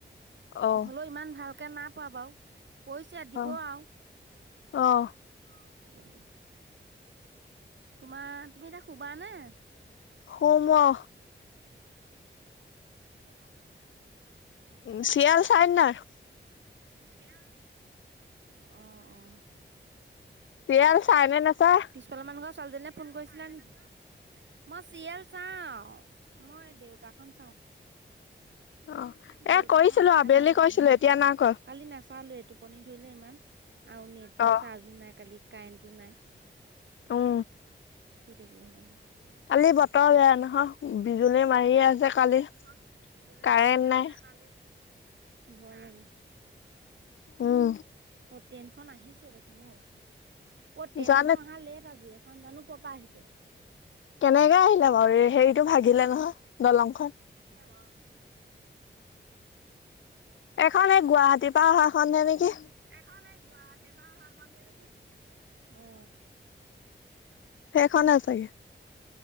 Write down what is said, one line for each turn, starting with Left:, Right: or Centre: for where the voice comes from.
Left: অ'।
Right: হলেও ইমান ভালকে নাইপৰা বাৰু, পৰিছে দিব
Left: অ',
Right: আৰু,
Left: অ'
Right: অ' তোমাৰ তুমি এতিয়া শুবা নে?
Left: শুম অ, -
Right: ন <inaudible>
Left: উ, ছিৰিয়েল চাই নাই?
Right: চিয়েল অ, - অ।
Left: চিয়েল চাই নে নাচায়?
Right: পিছফালৰ মানুহ ঘৰৰ ছোৱালীজনীলে ফোন কৰিছিলা নি? মই চিৰিয়েল চাওঁ, মই দেউতা খন চাওঁ।
Left: অ',
Right: দেউতাখন
Left: এ কৰিছিলো
Right: চাই
Left: আবেলি
Right: ভাল লাগে,
Left: কৰিছিলো
Right: সেইখন
Left: এতিয়া
Right: চাওঁ।
Left: নাই কৰা।
Right: কালি নাচালোৱেই, টোপনি ধৰিলে ইমান। আৰু নেট।
Left: অ'।
Right: চাৰ্জো নাই কালি, কাৰেণ্টো নাই।
Left: অ-
Right: শুই থাকিলো সেইযকাৰণে।
Left: কালি বতৰ বেয়া নহয়? বিজুলী মাৰিয়ে
Right: কালি বতৰ
Left: আছে কালি।
Right: বেয়া নহয়? বিজুলী
Left: কাৰেণ্ট
Right: মাৰিয়ে আছে
Left: নাই
Right: কালি। ভয় লাগে।
Left: উম।
Right: অ'ট্ৰেইনখন আহিছে দেখোন ঔ, অ'ট্ৰেইনখন
Left: জানো
Right: অহা লেট আজি। এখন জানো ক'ৰ পৰা আহিছে?
Left: কেনেকে আহিলে বাৰু? ৰে হেৰিটো ভাগিলে নহয়, দলংখন।
Right: <unintelligible>
Left: এখন, এই গুৱাহাটীৰ পৰা অহাখনহে নেকি?
Right: এখন, এই গুৱাহাটীৰ পৰা অহাখনহে নেকি? অ।
Left: সেইখনে চাগে।